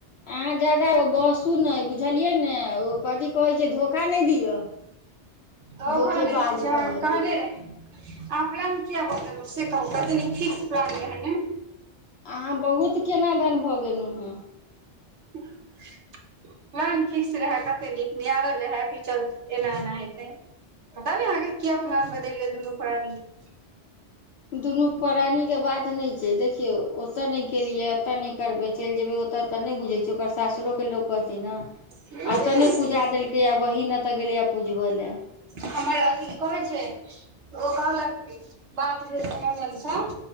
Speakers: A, on the left; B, on the right.
A: अहाँ ज्यादा ओ बहसू नै बुझलियै ने ओ कथी कहैत छै धोखा नहि दिअ
B: धोखा
A: धोखेबाज
B: नै दैछी हम
A: कहीं
B: अहा के कहने रही आ प्लान किया बदलहु से कहू कते नीक फिक्स प्लान रहै न
A: अहाँ बहुत केना दन भऽ गेलहुँ हेँ
B: ह प्लान फिक्स रहै कते नीक नियारल रहै कि चल एना एना हेतै पता नहि अहाँ के किया प्लान बदलि गेल दुनू परानि के
A: दुनू प्राणी के बात नहि छै देखियौ ओते नहि केलियै एते ने क करबै चलि जेबै ओतऽ तऽ नहि बुझै छियै ओकर सासुरोके लोक कहतै ने
B: के
A: आ त ने पूजा देलकैए बहिन ओतऽ गेलैए पूजबय लए
B: हमर अथी कहै छै ओ कहलक बाप जे सम म्गलसँ